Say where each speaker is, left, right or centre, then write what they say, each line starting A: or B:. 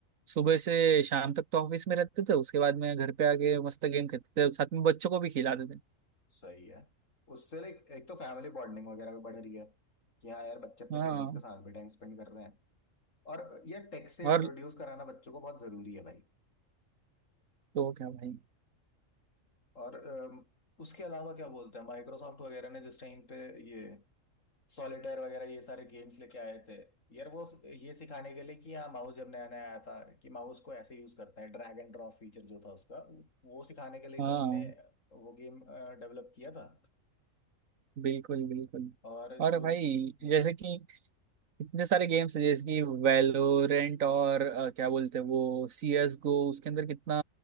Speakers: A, on the right; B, on the left.
A: सुबह से शाम तक तो ऑफिस में रहते थे उसके बाद में घर पे आके मस्त गेम खेलते थे साथ में बच्चों को भी खिलाते थे
B: सही है उससे लाइक एक तो फैमिली बॉन्डिंग वगैरह भी बढ़ रही है कि हाँ यार बच्चे अपने
A: हाँ
B: पेरेंट्स के साथ भी टाइम स्पेंड कर रहे हैं और ये टेक से
A: और
B: इंट्रोड्यूस कराना बच्चों को बहुत जरूरी है भाई
A: तो क्या भाई
B: और अम, उसके अलावा क्या बोलते हैं माइक्रोसॉफ्ट वगैरह ने जिस टाइम पे ये सॉलिटेयर वगैरह ये सारे गेम्स लेके आए थे यार वो ये सिखाने के लिए कि हाँ माउस जब नया नया आया था कि माउस को ऐसे यूज करते हैं ड्रैग एंड ड्रॉप फीचर जो था उसका वो सिखाने के लिए
A: हाँ
B: तो उनने वो गेम डेवलप किया था
A: बिल्कुल बिल्कुल
B: और
A: और
B: जो
A: भाई
B: हम्म,
A: जैसे कि इतने सारे गेम्स हैं जैसे कि वैलोरेंट और अ, क्या बोलते हैं वो सी एस गो उसके अंदर कितना